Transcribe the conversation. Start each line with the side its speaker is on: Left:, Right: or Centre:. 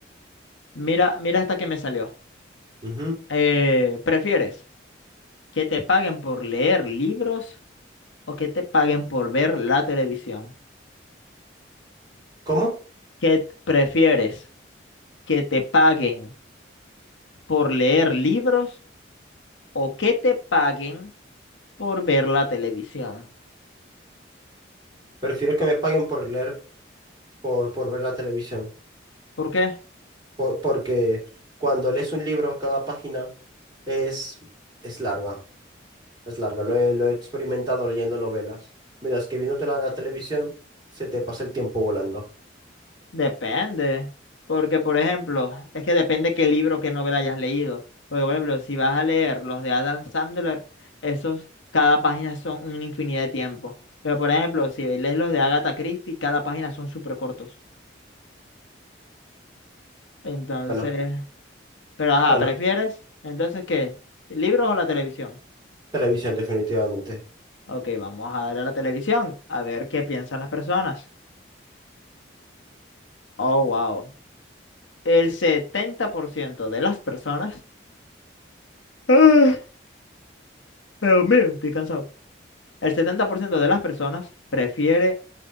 Left: mira, mira hasta que me salió.
Right: Ujú.
Left: Eh, ¿prefieres que te paguen por leer libros o que te paguen por ver la televisión?
Right: ¿Cómo?
Left: ¿Qué t- prefieres? ¿Que te paguen? por leer libros o que te paguen por ver la televisión.
Right: Prefiero que me paguen por leer, por, por ver la televisión,
Left: ¿Por qué?
Right: por- porque cuando lees un libro, cada página es, es larga, es larga. Lo he, lo he experimentado leyendo novelas, mientras que viéndote la, la televisión, se te pasa el tiempo volando.
Left: Depende. Porque, por ejemplo, es que depende qué libro, qué novela hayas leído. Porque, por ejemplo, si vas a leer los de Adam Sandler, esos, cada página son una infinidad de tiempo. Pero, por ejemplo, si lees los de Agatha Christie, cada página son súper cortos. Entonces,
Right: Bueno,
Left: pero ajá,
Right: bueno,
Left: ¿prefieres? Entonces, ¿qué? ¿Libros o la televisión?
Right: televisión definitivamente.
Left: Ok, vamos a darle a la televisión a ver qué piensan las personas. Oh, wow. El 70% de las personas, Ah, Dios mío. estoy cansado, el 70% de las personas prefiere